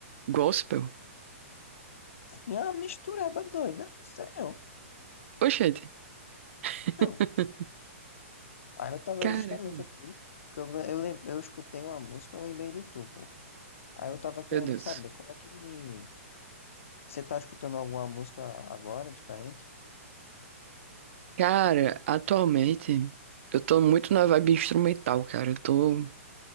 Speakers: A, on the right (about 60°); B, on the left (about 65°).
A: gospel?
B: Tinha uma mistureba doida, sério.
A: Oxente, <laughs>
B: Então, aí eu tava
A: caramba,
B: justamente aqui, porque eu, eu, lem- eu escutei uma música, eu lembrei de tu, pô. Aí eu tava querendo
A: meu Deus.
B: saber como é que você tá escutando alguma música agora, diferente?
A: Cara, atualmente eu tô muito na vibe instrumental, cara. Eu tô